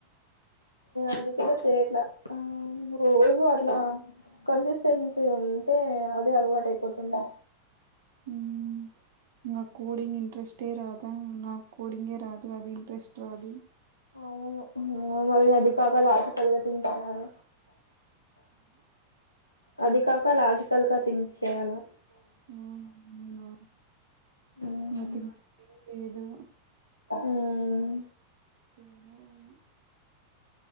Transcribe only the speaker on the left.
అది కూడా చేయట్లా ఆ రోజూ అట్లా కన్సిస్టెన్సీ ఉంది ఉంటే అదే అలవాటు అయిపోతుంది న
అవును మరి అది కాగాల అది పరిగతిం తయారు అది కాక లాజికల్ గా థింక్స్ చేయాలా
మ్మ్
మ్మ్